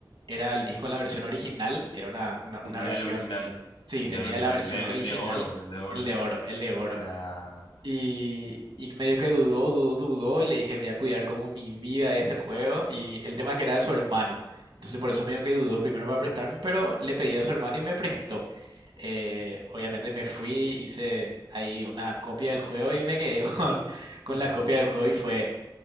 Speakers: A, on the right (about 70°); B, on the left (about 85°).
A: era el disco en la versión original, era una, una,
B: Tenía
A: una versión,
B: el original.
A: sí,
B: Tenía
A: tenía
B: el original.
A: la versión
B: El de,
A: original,
B: el de oro, el de oro.
A: el de oro, el de oro.
B: Ah.
A: Y, y medio que dudó, dudó, dudó y le dije, voy a cuidar como mi vida de este juego. Y el tema es que era de su hermano. Entonces por eso medio que dudó primero para prestarme, pero le pedí a su hermano y me prestó. Eh, obviamente me fui, hice ahí una copia del juego y me quedé con, <laughs> con
B: <laughs>
A: la copia del juego y fue